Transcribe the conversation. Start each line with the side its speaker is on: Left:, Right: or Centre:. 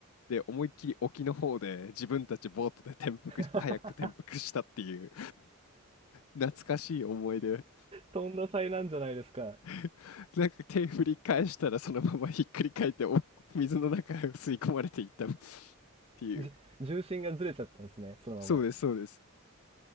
Left: で、思いっきり沖の方で自分たちボートで転覆し、
Right: <laughs>
Left: カヤック転覆したっていう懐かしい思い出。
Right: とんだ災難じゃないですか。
Left: <laughs> なんか手振り返したらそのままひっくり返ってお水の中へ吸い込まれていったっていう。
Right: じ、重心がずれちゃったんですね、そのまま。
Left: そうです、そうです。